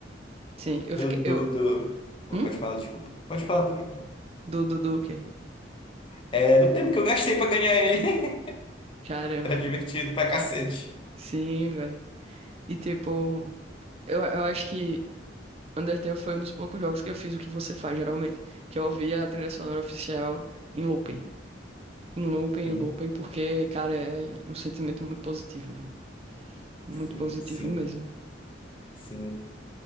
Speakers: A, on the right (about 35°); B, on the left (about 25°).
A: sim, eu
B: Do,
A: fiquei... Eu...
B: do, do... Pô,
A: Hum?
B: Pode falar, desculpa. Pode falar, pode falar.
A: Do, do, do quê?
B: É, do tempo que eu gastei pra ganhar ele.
A: Caramba.
B: <laughs> Era divertido pra cacete.
A: Sim, velho. E, tipo... Eu, eu acho que Undertale foi um dos poucos jogos que eu fiz o que você faz, geralmente, que eu ouvia a trilha sonora oficial em looping. Em looping,
B: Sim,
A: em looping, porque, cara, é um sentimento muito positivo, velho. Muito
B: sim,
A: positivo
B: sim,
A: mesmo.
B: sim.